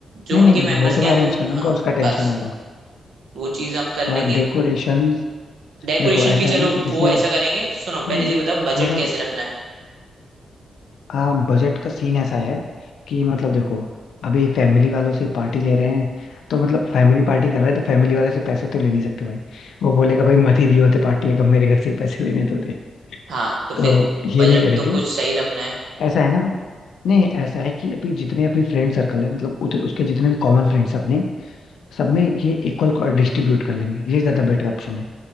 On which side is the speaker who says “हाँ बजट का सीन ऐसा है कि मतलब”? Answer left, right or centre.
Left